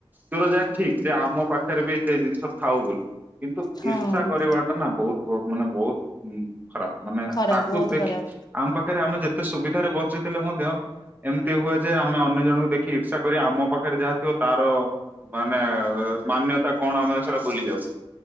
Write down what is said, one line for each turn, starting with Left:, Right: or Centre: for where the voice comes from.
Right: ଦୁର ଯାଏ ଠିକ୍, ଯେ ଆମ ପାଖରେ ବି ସେଇ ଜିନିଷ ଥାଉ ବୋଲି। କିନ୍ତୁ
Left: ହଁ।
Right: ଇର୍ଷା କରିବା ବର ନା ବହୁତ ବ ମାନେ ବହୁତ ଖରାପ ମାନେ
Left: ଖରାପ
Right: ତାକୁ
Left: ବହୁତ
Right: ଦେଖି
Left: ଖରାପ
Right: ଆମେ ପାଖରେ ଆମେ ଯେତେ ସୁବିଧାରେ ବଞ୍ଚିଥିଲେ ମଧ୍ୟ ଏମିତି ହୁଏ ଯେ ଆମେ ଅନ୍ୟ ଜଣଙ୍କୁ ଦେଖି ଇର୍ଷା କରି, ଆମ ପାଖରେ ଯାହା ଥିବ ତାର ମାନେ ମାନ୍ୟତା କଣ ଆମେ ସେଟା ଭୁଲି ଯାଉ।